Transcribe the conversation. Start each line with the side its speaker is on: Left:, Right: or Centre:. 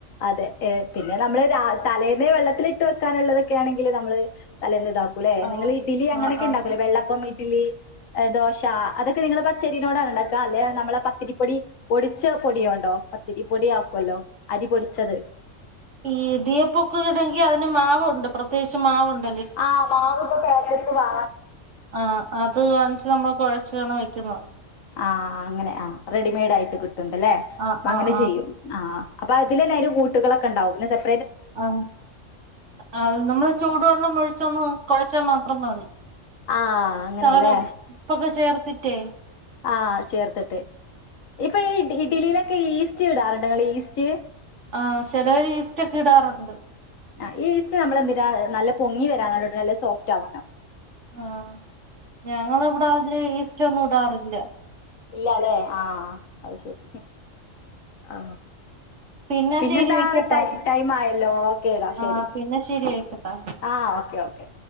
Left: അതെ എം പിന്നെ നമ്മള് രാ തലേന്നേ വെള്ളത്തിലിട്ട് വെക്കാനുള്ളതൊക്കൊണെങ്കില് നമ്മള് തലേ ഉണ്ടാക്കൂലെ
Right: ആഹ്
Left: നിങ്ങള് ഇഡ്ഡലി അങ്ങനൊക്കെ
Right: ആഹ് ആഹ്
Left: ഇണ്ടാക്കുല്ലേ വെള്ളപ്പം, ഇഡ്ഡലി, ദോശ അതൊക്കെ നിങ്ങളെ പ ച്ചെരീനോടാണ് ഇണ്ടാക്കാ അല്ലെ നമ്മളെ പത്തിരിപ്പൊടി പൊടിച്ച പൊടിയോണ്ടോ പത്തിരിപ്പൊടി ആക്കുവല്ലോ അരി പൊടിച്ചത്.
Right: ഈടിയപ്പൊക്കെഈടെങ്കി അതിന് മാവുണ്ട് പ്രത്യേകിച്ച് മാവുണ്ട്
Left: ആഹ് മാവ് ഇപ്പ പാക്കറ്റ്ന്ന് വാ
Right: ആഹ് അത് വാങ്ങ്ച്ച് നമ്മ്ള് കുഴച്ചാണ് വെക്കുന്നത്
Left: അ ആ അങ്ങനെ ആ റെഡിമെയ്ഡായിട്ട് കിട്ട്ണ്ട് അല്ലേ
Right: ആഹ്
Left: അപ്പൊ അങ്ങനെ
Right: ആഹ്
Left: ചെയ്യും ആഹ് അപ്പൊ അതിലെന്നായ്ല് കൂ ട്ടുകളൊക്കെണ്ടാവും പിന്നെ ചെൽ
Right: ആ അത് നമ്മള് ചൂട് വെള്ള മൊഴിച്ചൊന്ന് കുഴച്ചാൽ മാത്രം മതി.
Left: ആ അങ്ങനെയല്ലേ?
Right: ശകലം ഉപ്പൊക്കെ ചേർത്തിട്ടേ
Left: ആ ചേർത്തിട്ട് ഇപ്പൊ ഈ ഇഡലിയി ക്കെ ഈസ്റ്റ് ഇടാറുണ്ടോ? നിങ്ങൾ ഈസ്റ്റ്?
Right: ആ ചിലര് ഈസ്റ്റ് ഒക്കെ ഇടാറുണ്ട്.
Left: ആ ഈസ്റ്റ് നമ്മളെന്തിന നല്ല പൊങ്ങി വരാനോ? നല്ല സോഫ്റ്റ് ആവാനോ?
Right: ആ ഞങ്ങളിവിടെ അതില് ഈസ്റ്റൊന്നും ഇടാറില്ല.
Left: ഇല്ല അല്ലെ ആ അത് ശരി. ആ
Right: പിന്നെ
Left: പിന്നെന്താ
Right: ശരി വെക്കട്ടാ
Left: ടൈം ആയല്ലോ. ഓ. കെ ടാ
Right: ആ
Left: ശരി
Right: പിന്നെ ശരി വെക്കട്ടാ
Left: ആ ഓക്കെ ഓക്കെ.